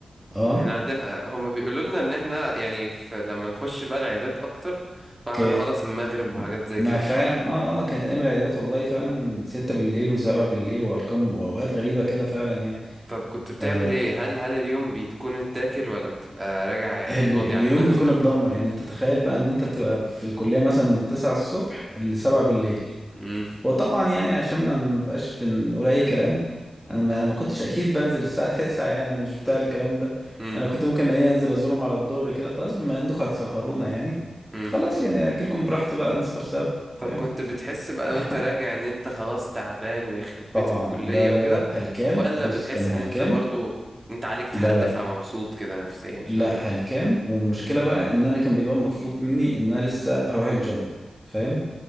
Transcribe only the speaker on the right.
احنا عندنا هم بيقولوا لنا ان احنا يعني في لما نخش بقى العيادات اكتر فاحنا
هنخلص المغرب وحاجات
زي
كده
طب كنت بتعمل
ايه هل هل اليوم بتكون اتاكل ولا بتبقى راجع يعني
راضي
عن نفسك
ان انت
مم.
<laughs>
مم.
مم.
طب
كنت بتحس بقى
وانت راجع ان انت خلاص تعبان ويخرب بيت
الكلية
وكده
ولا
بتحس
ان انت برضو انت عليك تحدي
فمبسوط كده نفسيا شوية
ولا
إيه؟